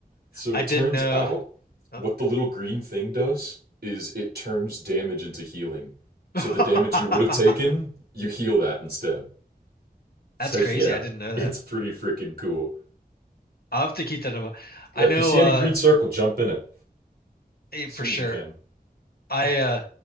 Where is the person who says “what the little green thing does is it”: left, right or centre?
Right